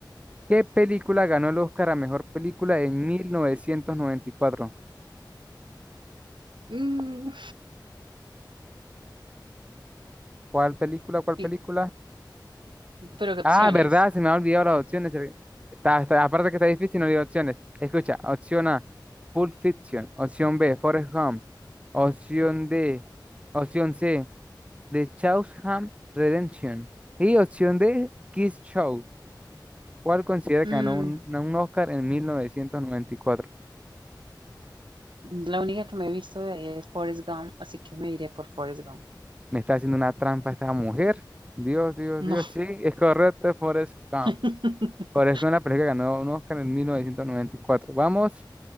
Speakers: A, on the right; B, on the right.
A: ¿Qué película ganó el Oscar a mejor película en 1994?
B: Mm,
A: ¿Cuál película? ¿Cuál
B: y-
A: película?
B: pero ¿qué opciones?
A: Ah, verdad, se me ha olvidado las opciones. eh. Está, está- aparte que está difícil, no olvidé opciones. Escucha, opción A, Pulp Fiction. Opción B, Forrest Gump. Opción D, opción C, The Shawshank Redemption. Y opción D, Kiss Show. ¿Cuál considera
B: Mm,
A: que ganó un, un Oscar en 1994?
B: La única que me he visto de ahí es Forrest Gump, así que me iré por Forrest Gump.
A: Me está haciendo una trampa esta mujer. Dios, Dios,
B: No.
A: Dios. Sí, es correcto, Forrest Gump.
B: <laughs>
A: Forrest Gump, la película que ganó un Oscar en 1994. Vamos,